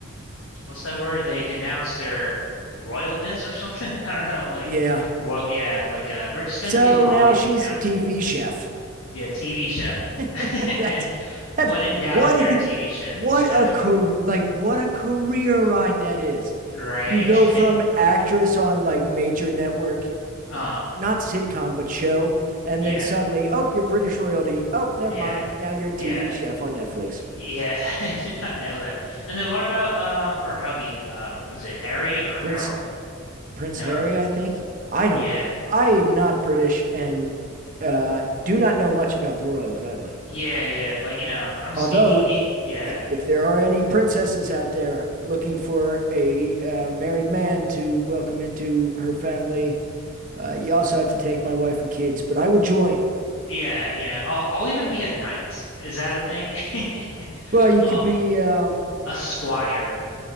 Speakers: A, on the left; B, on the right.
A: what's that word? They denounced their royalness or something. <laughs> I don't know, like
B: yeah.
A: royal yeah, like uh we're just
B: So
A: gonna do Hollywood
B: now she's
A: now.
B: a TV chef.
A: Yeah, TV chef.
B: <laughs>
A: <laughs>
B: That's that's
A: When in doubt,
B: What
A: you're
B: a
A: a TV chef
B: what
A: chef,
B: a career like what a career ride that is.
A: right?
B: You go from
A: <laughs>
B: actress on like major network
A: Uh
B: not sitcom but show, and
A: yeah,
B: then suddenly, oh, you're British royalty. Oh, never
A: yeah,
B: mind. Now you're a TV
A: yeah.
B: chef on Netflix.
A: Yeah, <laughs> I did not know that. And then what about um her hubby? Uh was it Harry or
B: Prince
A: Harold?
B: Prince
A: No.
B: Harry, I think. I don't.
A: Yeah.
B: I am not British and uh, do not know much about the royal family.
A: Yeah, yeah. Like, you know, I'm
B: Although,
A: speaking i yeah.
B: i- if there are any princesses out there looking for a uh, married man to welcome into her family, uh, you also have to take my wife and kids. But I will join.
A: Yeah, you know, I'll I'll even be a knight. Is that a thing? <laughs>
B: Well, you
A: Oh,
B: could be um,
A: a squire.